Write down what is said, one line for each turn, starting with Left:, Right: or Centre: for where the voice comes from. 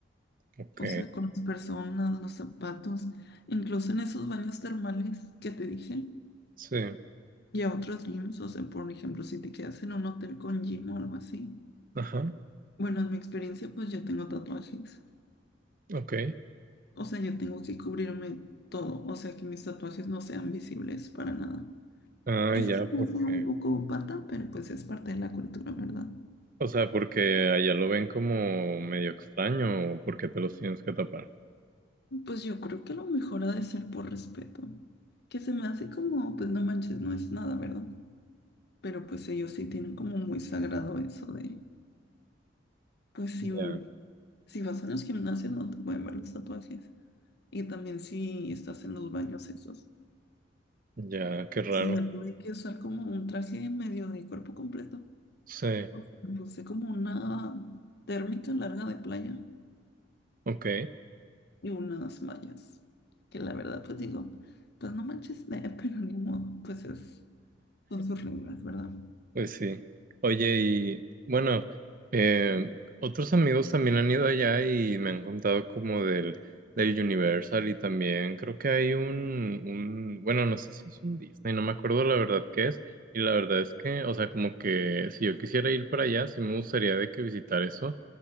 Right: ok,
Left: o sea, con las personas, los zapatos, incluso en esos baños termales que te dije.
Right: sí,
Left: Y a otros gyms, o sea, por ejemplo, si te quedas en un hotel con gym o algo así.
Right: ajá,
Left: Bueno, en mi experiencia, pues yo tengo tatuajes.
Right: ok.
Left: O sea, yo tengo que cubrirme todo. O sea, que mis tatuajes no sean visibles para nada.
Right: Ah,
Left: Eso
Right: ya,
Left: se me
Right: porque,
Left: hace un poco pata, pero pues es parte de la cultura, ¿verdad?
Right: o sea, porque allá lo ven como medio extraño o porque te los tienes que tapar.
Left: Pues yo creo que lo mejor ha de ser por respeto. Que se me hace como, pues no manches, no es nada, ¿verdad? Pero pues ellos sí tienen como muy sagrado eso de Pues si,
Right: Ya,
Left: si vas a los gimnasios no te pueden ver los tatuajes. Y también si estás en los baños esos.
Right: ya, qué raro.
Left: O sea, yo tuve que usar como un traje medio de cuerpo completo.
Right: Sí.
Left: porque Me puse como una térmica larga de playa
Right: Ok,
Left: y unas mallas. Que la verdad, pues digo, pues no manches, <laughs> eh, pero ni modo, pues es, son sus reglas, ¿verdad?
Right: pues sí. Oye, y bueno, eh, otros amigos también han ido allá y me han contado como del, del Universal y también creo que hay un, un, bueno, no sé si es un Disney, no me acuerdo la verdad qué es. Y la verdad es que, o sea, como que si yo quisiera ir para allá, sí me gustaría de que visitar eso.